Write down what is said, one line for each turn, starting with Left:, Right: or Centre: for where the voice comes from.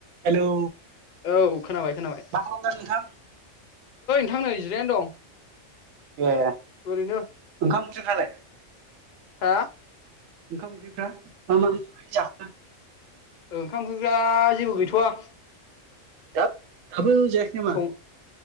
Right: Hello
Left: औ खोनाबाय खोनाबाय
Right: मा खालामदों नोंथां?
Left: थां नै जिरायनानै दं।
Right: ए
Left: ओरैनो
Right: ओंखाम <unintelligible>
Left: हा
Right: ओंखाम ओंख्रिफ्रा मा मा ओंख्रि जा <inaudible>
Left: ओंखाम ओंखिफ्रा जेबो गैथ'वा
Right: दाब दाबो जायाखै नामा?
Left: सं